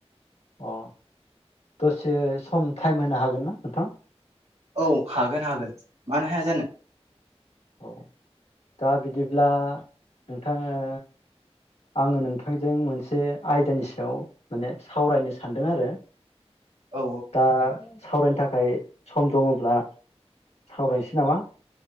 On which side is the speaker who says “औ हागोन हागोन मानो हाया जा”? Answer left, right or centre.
Right